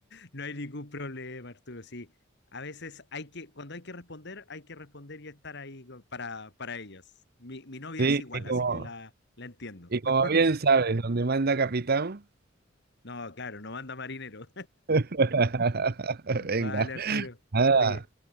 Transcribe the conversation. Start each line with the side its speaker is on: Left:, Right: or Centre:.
Left: No hay ningún problema, Arturo, sí. A veces hay que, cuando hay que responder, hay que responder y estar ahí co- para, para ellos. Mi, mi novia
Right: Sí,
Left: es igual,
Right: y como...
Left: así que la, la entiendo.
Right: Y como
Left: <laughs>
Right: bien sabes, donde manda capitán.
Left: No, claro, no manda marinero.
Right: <laughs> Venga,
Left: Vale, Arturo.
Right: nada,
Left: Oye,